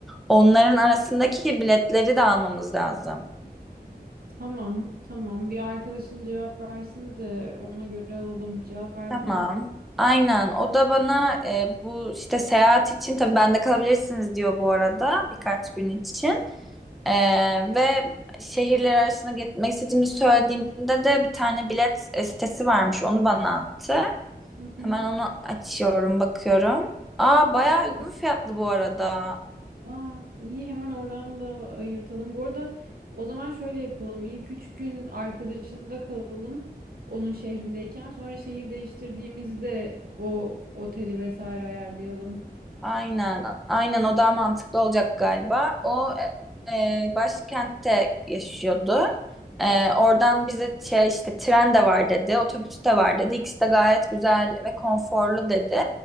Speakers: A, in the centre; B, on the right.
A: Onların arasındaki biletleri de almamız lazım.
B: Tamam, tamam. Bir arkadaşın cevap versin de ona göre alalım. Cevap verdi
A: Tamam.
B: mi?
A: Aynen. O da bana e, bu işte seyahat için tabii bende kalabilirsiniz diyor bu arada birkaç gün için. E, ve şehirler arasında gitmek istediğimi söylediğimde de bir tane bilet e, sitesi varmış. Onu bana attı.
B: Hı
A: Hemen
B: hı.
A: onu açıyorum, bakıyorum. Aa bayağı
B: Çok
A: uygun
B: iyi.
A: fiyatlı bu arada.
B: Aa, iyi hemen oradan da ayırtalım. Bu arada o zaman şöyle yapalım. İlk üç gün arkadaşında kalalım onun şehrindeyken. Sonra şehir değiştirdiğimizde o oteli vesaire ayarlayalım.
A: Aynen, aynen o daha mantıklı olacak galiba. O e, başkentte yaşıyordu. E, oradan bize şey işte tren de var dedi, otobüs de var dedi. İkisi de gayet güzel ve konforlu dedi.